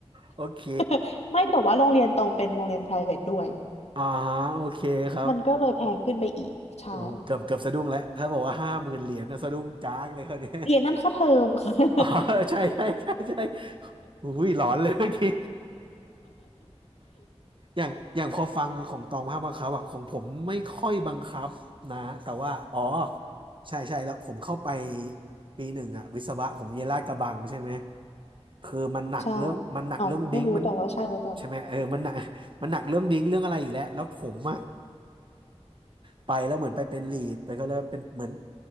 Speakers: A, on the right; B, on the left.
A: โอเค
B: <laughs> ไม่แต่ว่าโรงเรียนตองเป็นโรงเรียน private ด้วย
A: อ่าฮะโอเคครับ
B: มันก็เลยแพงขึ้นไปอีกใช่
A: โอ้เกือบเกือบสะดุ้งแล้วถ้าบอกว่าห้าหมื่นเหรียญนะสะดุ้งจากเลยคนนี้
B: เรียนนั่นค่าเทอมค่ะ
A: <laughs>
B: <laughs>
A: อ๋อใช่ใช่ใช่ใช่อุ้ยหลอนเลยเมื่อกี้อย่างอย่างพอฟังของตองภาพบังคับอะของผมไม่ค่อยบังคับนะแต่ว่าอ๋อใช่ใช่แล้วผมเข้าไปปีหนึ่งอะวิศวะผมเรียนลาดกระบังใช่ไหมคือมันหนักเรื่องมันหนักเรื่องดิ้งมัน
B: ใช่อ๋อไม่รู้แต่ว่าใช่ไว้ก่อน
A: ใช่ไหมเออมันหนักมันหนักเรื่องดิ้งเรื่องอะไรอยู่แล้วแล้วผมอะ ไปแล้วเหมือนไปเป็นลีดไปก็แล้วเป็นเหมือน